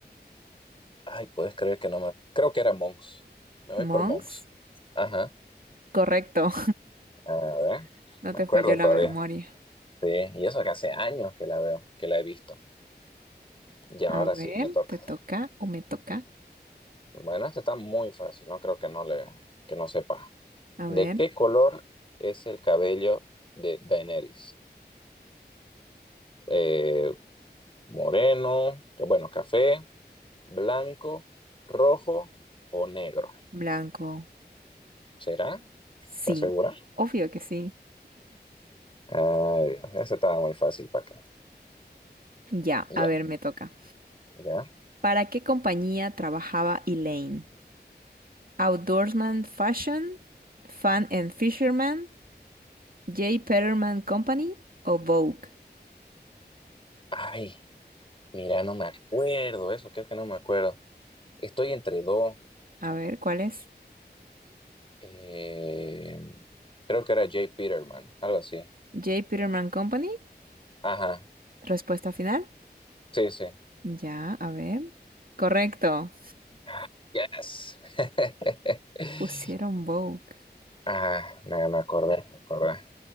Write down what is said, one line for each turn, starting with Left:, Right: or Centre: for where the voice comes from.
Left: Ay, puedes creer que no me... Creo que era Monks. Me voy
Right: Monks,
Left: por Monks. Ajá.
Right: correcto,
Left: A ver,
Right: <laughs> no
Left: me
Right: te
Left: acuerdo
Right: falló la
Left: todavía.
Right: memoria.
Left: Sí, y eso que hace años que la veo, que la he visto. Y ahora
Right: A ver,
Left: sí, me toca.
Right: ¿te toca o me toca?
Left: Bueno, esta está muy fácil, no creo que no le, que no sepa.
Right: A
Left: ¿De
Right: ver,
Left: qué color es el cabello de Daenerys? Eh, moreno, que- bueno, café, blanco, rojo o negro.
Right: blanco.
Left: ¿Será? ¿Estás
Right: Sí,
Left: segura?
Right: obvio que sí.
Left: Ay, Dios, esa estaba muy fácil para qué.
Right: Ya,
Left: Ya.
Right: a ver, me toca.
Left: ¿Ya?
Right: ¿Para qué compañía trabajaba Elaine? ¿Outdoorsman Fashion? ¿Fan and Fisherman? J. Peterman Company o Vogue.
Left: Ay, mira, no me acuerdo eso, creo que no me acuerdo. Estoy entre dos.
Right: A ver, ¿cuál es?
Left: eh, creo que era Jay Peterman, algo así.
Right: J. Peterman Company.
Left: Ajá,
Right: Respuesta final.
Left: sí, sí.
Right: Ya, a ver. Correcto.
Left: Ah, Yes. <laughs>
Right: Pusieron Vogue.
Left: Ah, me, me acordé, me acordé.